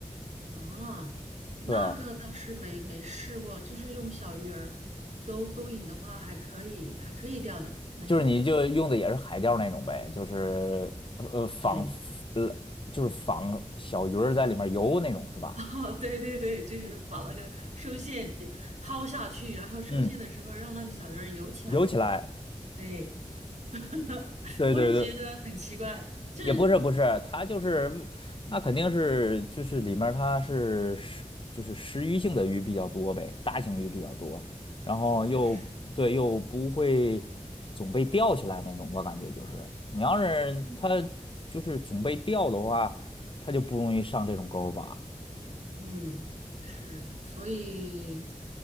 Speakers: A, on the right (about 70°); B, on the left (about 45°).
A: 啊，那个倒是没没试过，
B: 对，
A: 就是用小鱼儿勾勾引的话，还可以，还可以钓的，能钓的。
B: 就是你就用的也是海钓那种呗，就是呃呃仿呃就是仿小鱼儿在里面游那种是吧？
A: 对，<laughs> 啊，对对对，就是把那个收线点抛下去，然后收线的时候让那个小鱼儿游起来。
B: 嗯，游起来，
A: 对。<laughs>
B: 对对对。
A: 我也觉得很奇怪，就是
B: 也不是不是，它就是它肯定是就是里面儿它是食就是食鱼性的鱼比较多呗，大型鱼比较多，然后又对又不会总被钓起来那种，
A: 我应该是，
B: 我感觉就是你要是它
A: 嗯
B: 就是总被钓的话，它就不容易上这种钩儿吧。
A: 嗯，是，所以，